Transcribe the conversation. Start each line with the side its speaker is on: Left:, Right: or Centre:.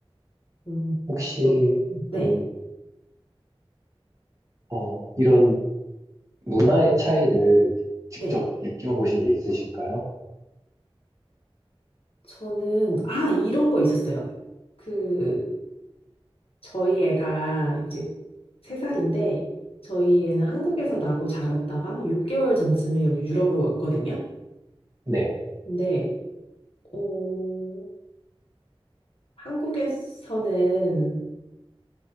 Left: 음,
Right: 혹시,
Left: 또, 네,
Right: 음, 어, 이런 문화의 차이를 직접
Left: 네.
Right: 느껴보신 게 있으실까요?
Left: 저는, 아, 이런 거 있었어요. 그, 저희 애가 이제 세살인데 저희 애는 한국에서 나고 자랐다가 6개월 전쯤에 여기 유럽으로 왔거든요.
Right: 네.
Left: 근데, 어, 한국에서는